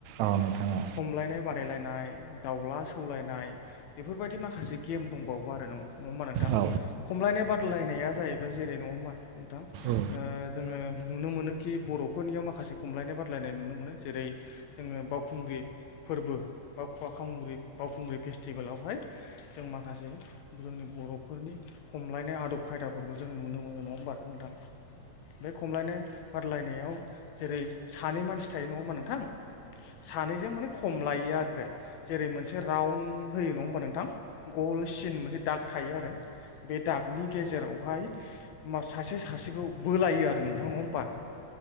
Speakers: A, on the right; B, on the left.
A: औ नोंथां औ
B: खमलायनाय बादायलायनाय दाउला सौलायनाय बेफोरबायदि माखासे गेम दंबावो आरो न नङा होमबा नोंथां
A: औ
B: खमलायनाय बादलायनाया जाहैबाय जेरै नङ नोंथां
A: औ
B: जोङो नुनो मोनोखि बर'फोरनियाव माखासे खमलायनाय बादलायनाय नुनो मोनो जेरै जोङो बावखुंग्रि फोरबो बा फ खग्रि बावखुंग्रि फेस्टिभेलावहाय जों माखासे जोंनि बर'फोरनि खमलायनाय आदब खायदाफोरखौ जों नुनो मोनो नङा होमबा नोंथां बे खमलायनाय बादलायनायाव जेरै सानै मानसि थायो नङा होनोमा नोंथां सानैजों माने खम लायो आरो जेरै मोनसे रान्द होयो नङा होमबा नोंथां गलसिन मोनसे दाग थायो आरो बे दागनि गेजेरावहाय होमा सासे सासेखौ बोलायो आरो नोंथां नङा होनोमबा